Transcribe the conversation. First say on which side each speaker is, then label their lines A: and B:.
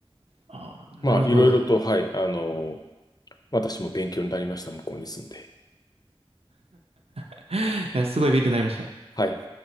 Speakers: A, on the right; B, on the left.
A: ああ、
B: まあ、
A: なるほど。
B: いろいろと、はい、あの、私も勉強になりました、向こうに住んで。
A: <laughs> いや、すごい勉強になりました。
B: はい。